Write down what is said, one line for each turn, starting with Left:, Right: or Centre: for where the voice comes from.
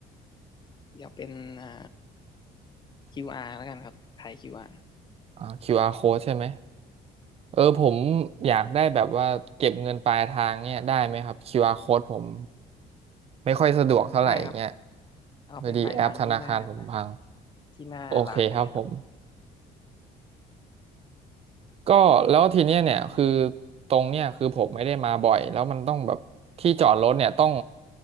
Left: เดี๋ยวเป็นอ่า QR แล้วกันครับถาย QR
Right: อ่า QR code ใช่ไหม เออผมอยากได้แบบว่าเก็บเงินปลายทางเนี่ยได้ไหมครับ QR code ผมไม่ค่อยสะดวกเท่าไหร่เงี้ย
Left: ได้ครับเอาเป็นปลายทางที่หน้าหน้า
Right: พอดีแอปธนาคารผมพัง
Left: ที่หน้าร้านกันเลยครับ
Right: โอเคครับผมก็แล้วทีเนี้ยเนี่ยคือตรงเนี่ยคือผมไม่ได้มาบ่อยแล้วมันต้องแบบที่จอดรถเนี่ยต้อง